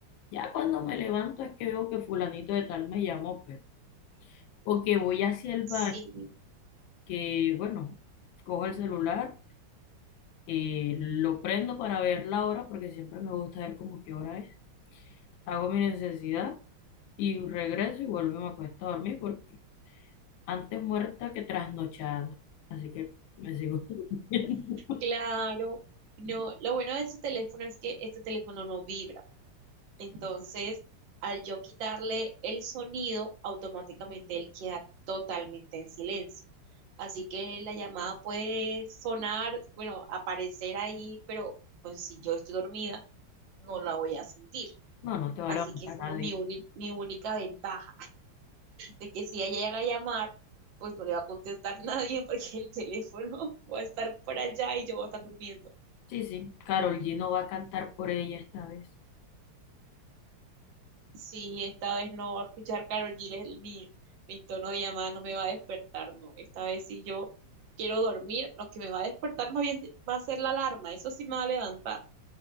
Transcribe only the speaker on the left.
Ya cuando me levanto es que veo que fulanito de tal me llamó, pero, o que voy hacia el baño,
que bueno, cojo el celular, eh, lo prendo para ver la hora, porque siempre me gusta ver como qué hora es, hago mi necesidad y regreso y vuelvo y me acuesto a dormir porque Antes muerta que trasnochada. Así que me sigo <laughs> durmiendo.
No, no te va
a levantar
nadie.
Sí, sí. Karol G no va a cantar por ella esta vez.